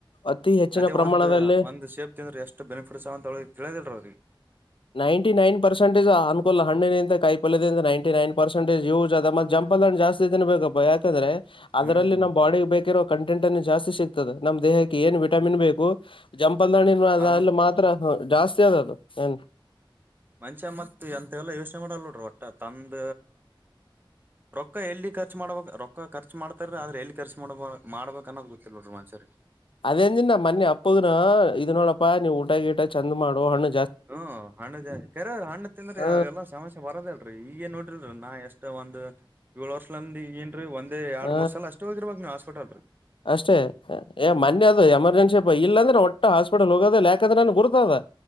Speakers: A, on the left; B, on the right.
A: ಅತಿ ಹೆಚ್ಚಿನ
B: ಅದೇ
A: ಪ್ರಮಾಣದಲ್ಲಿ
B: ಒಂದ್ ಒಂದ ಸೇಫ ತ ಅಂದ್ರ ಎಷ್ಟು ಬೆನಿಫಿಟ್ಸ್ ಅಂತ ತಿಳಿದಿಲ್ರ ಅವ್ರಿಗೆ
A: ನೈಂಟಿ ನೈನ್ ಪರ್ಸೆಂಟೇಜ್ ಅನ್ಕೋಲ್ ಹಣ್ಣಿನಿಂದ ಕೈ ಪಲ್ದಿಂದ ನೈಂಟಿ ನೈನ್ ಪರ್ಸೆಟೇಜ್ ಇದ ಜಂ ಸಂಪ ಜಾಸ್ತಿ ಇದ ಬೇಕಪ್ಪ ಯಾಕಂದ್ರೆ ಅದರಲ್ಲಿ
B: ಹ್ಮ್
A: ನಮ್ಮ್ ಬಾಡಿಿಗೆ ಬೇಕಿರೋ ಕಂಟೆಂಟ್ನು ಜಾಸ್ತಿ ಸಿಗ್ತದ ನಮ್ ದೇಹಕ್ಕೆ ಏನ್ ವಿಟಾಮಿನ್ ಬೇಕು ಜಂಪ್ ಬಂದಣ
B: ಆಲ್ಮ
A: ಅಲ್ಲಿ ಮಾತ್ರ ಜಾಸ್ತಿ ಅದು ಏನ್
B: ಮನುಷ್ಯ ಮತ್ ಎಂತೆಲ್ಲ ಯೋಚನೆ ಮಾಡಲ್ ನೋಡ್ರಿ ಒಟ್ಟ ತಂದ ರೊಕ್ಕ ಎಲ್ಲಿ ಖರ್ಚು ಮಾಡ್ಬೇಕ ರೊಕ್ಕ ಖರ್ಚು ಮಾಡ್ತಾರ ಆದ್ರೆ ಎಲ್ಲಿ ಖರ್ಚು ಮಾಡ ಮಾಡ್ಬೇಕ ಅನ್ನೋದು ಗೊತ್ತಿಲ್ಲ ನೋಡ್ರಿ ರಮಾಚಾರಿಗ
A: ಅದೇ ಅಂದಿನಿ ನಾ ಮೊನ್ನಿ ಅಪ್ಪಗನು ಇದ್ ನೋಡಪ್ಪಾ ನೀವು ಊಟಾ ಗಿಟ ಚಂದ ಮಾಡು ಹಣ್ಣ
B: ಹ್ಮ್ ಹಣ್ಣ ಜಾಸ್ತಿ ಕರೆ ಹಣ್ಣ ತಿಂದ್ರ
A: ಹ
B: ಎಲ್ಲಾ ಸಮಸ್ಯೆ ಬರೋದಲ್ರರಿ ಈಗೇ ನೋಡ್ರಿ ನಾ ಎಷ್ಟ ಒಂದ ಏಳು ವರ್ಷ್ಲಾಂಡ ಏನ್ರಿ ಒಂದ
A: ಹ
B: ಎರ ಮೂರ್ ಸಲ್ ಅಷ್ಟೇ ಹೋಗಿರಬೇಕ್ರ ನಾ ಹಾಸ್ಪಿಟಲ್
A: ಅಷ್ಟೇ ಏ ಮೊನ್ನೆ ಅದು ಎಮರ್ಜೆನ್ಸಿ ಇಲ್ಲ ಅಂದ್ರೆ ಒಟ್ಟ ಹಾಸ್ಪಿಟಲ್ ಹೋಗೋದಿಲ್ಲ ಯಾಕಂದ್ರೆ ನನ್ಗೆ ಗುರ್ತದ